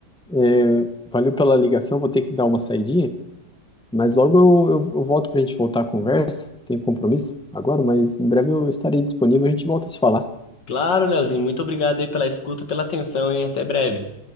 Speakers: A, in the centre; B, on the left.
A: É, valeu pela ligação, vou ter que dar uma saidinha, mas logo eu, eu, eu volto pra gente voltar a conversa. Tenho compromisso agora, mas em breve eu estarei disponível, a gente volta a se falar.
B: Claro, Leozinho, muito obrigado aí pela escuta, pela atenção, hein? Até breve.